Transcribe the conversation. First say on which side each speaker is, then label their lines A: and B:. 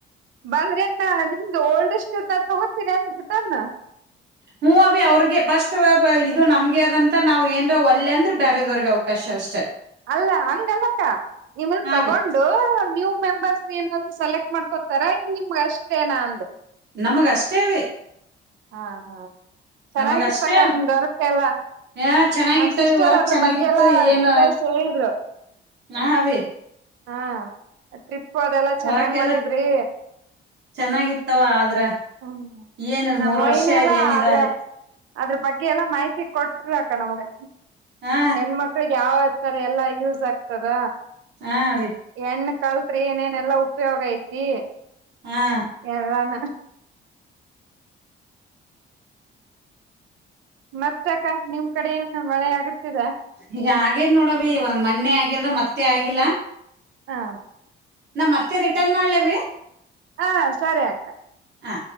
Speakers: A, on the right (about 75°); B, on the right (about 60°).
A: ಬಂದ್ರನ್ನ ನಿಮ್ದು ಓಲ್ಡ್ ತಗೋತೀರಾ ಏನ್ ರಿಟರ್ನ್
B: ಹ್ಞ ಅವ ಅವ್ರಿಗೆ ಪಫಸ್ಟ್ ಇದು ನಮ್ಗೆ ಅದಂತ ನಾವ್ ಏನ್ರ ಒಲೆ ಅಂದ್ರೆ ಬೇರೆದವ್ರಗೆ ಅವಕಾಶ ಅಷ್ಟೆ
A: ಅಲ್ಲ ಹಂಗಲ್ಲಕ್ಕ ನಿಮ
B: ಹಾ
A: ತಗೊಂಡು
B: ಅವಿ
A: ನೀವೂ ಮೆಂಬರ್ಸ್ ಏನಾದ್ರು ಸೆಲೆಕ್ಟ್ ಮಾಡ್ಕೊತಾರಾನ್ ನಿಮ್ ಅಷ್ಟೇ ಏನ ಅಂದೆ
B: ನಮಗಷ್ಟೇ ಅವಿ
A: ಹಾ ಹಾ ಚೆನ್ನಾಗಿರ್ತಕ್ಕ
B: ನಮಗ ಅಷ್ಟೇ
A: ನಿಮ ದೊರಕ ಎಲ್ಲಾ
B: ಆ ಚೆನ್ನಾಗಿತ್ತವಿ
A: ನಮ್ ಸಿಸ್ಟರ್
B: ವರ್ಕ್
A: ಅದ್ರ
B: ಚೆನ್ನಾಗಿತ್ತು
A: ಬಗ್ಗೆ ಎಲ್ಲಾ
B: ಏನ್
A: ಡೀಟೇಲ್ಸ್ ಹೇಳಿದ್ರು
B: ಹಾ ಅವಿ
A: ಹಾ ಟ್ರಿಪ್ು ಅದೆಲ್ಲ ಚೆನ್ನಾಗ್
B: ವರ್ಕ್ ಎಲ್ಲಾ
A: ಮಾಡಿದ್ರಿ
B: ಚೆನ್ನಾಗಿತ್ತವ ಆದ್ರ
A: ಹ್ಮ
B: ಏನ್
A: ನಮ್ಮೈನ
B: ಮೂರ್ ವರ್ಷ
A: ಎಲ್ಲ
B: ಏನ್ ಇದ
A: ಆದ್ರ
B: ಅಲ್ಲಿ
A: ಅದ್ರ ಬಗ್ಗೆ ಎಲ್ಲಾ ಮಾಹಿತಿ ಕೊಟ್ರ ಅಕ್ಕ ನಮ್ಗೆ
B: ಹಾ
A: ಹೆಣ ಮಕ್ಳಿಗೆ ಯಾವ ತರ ಎಲ್ಲಾ ಯೂಸ್ ಆಗ್ತದ
B: ಹಾ ಅವ
A: ಹೆಣ್ಣ ಕಲ್ತ್ರಿ ಏನೇನೆಲ್ಲಾ ಉಪಯೋಗ ಐತಿ
B: ಹಾ
A: ಎರಾನ ಮತ್ತಸಕ ನಿಮ್ ಕಡೆ ಏನು ಮಳೆ ಆಗತಿದೆ
B: ಈಗ ಆಗೇದ್ ನೋಡವಿ ಒಂದ್ ಮಣ್ಣೆ ಆಗ್ಯದ ಮತ್ತೆ ಆಗಿಲ್ಲ
A: ಹಾ
B: ನಾ ಮತ್ತೆ ರಿಟರ್ನ್ ಮಾಡ್ಲವಿ
A: ಹಾ ಸರಿ ಅಕ್ಕ
B: ಹಾ